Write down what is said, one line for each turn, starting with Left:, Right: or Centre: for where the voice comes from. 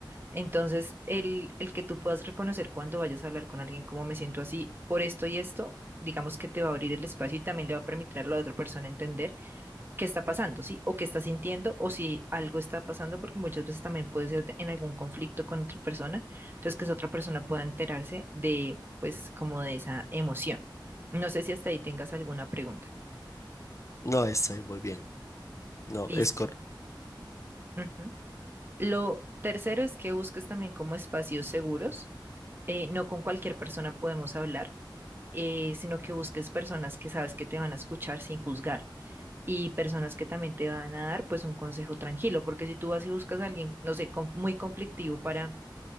Right: Entonces, el, el que tú puedas reconocer cuando vayas a hablar con alguien como me siento así por esto y esto, digamos que te va a abrir el espacio y también le va a permitir a la otra persona entender qué está pasando, ¿sí? O qué está sintiendo, o si algo está pasando, porque muchas veces también puede ser de- en algún conflicto con otra persona, entonces que esa otra persona pueda enterarse de, pues, como de esa emoción. No sé si hasta ahí tengas alguna pregunta.
Left: No, está ahí muy bien. No,
Right: Listo.
Left: es cor-
Right: Ujú. Lo tercero es que busques también como espacios seguros. Eh, no con cualquier persona podemos hablar, eh, sino que busques personas que sabes que te van a escuchar sin juzgar. y personas que también te van a dar pues un consejo tranquilo, porque si tú vas y buscas a alguien, no sé, con- muy conflictivo para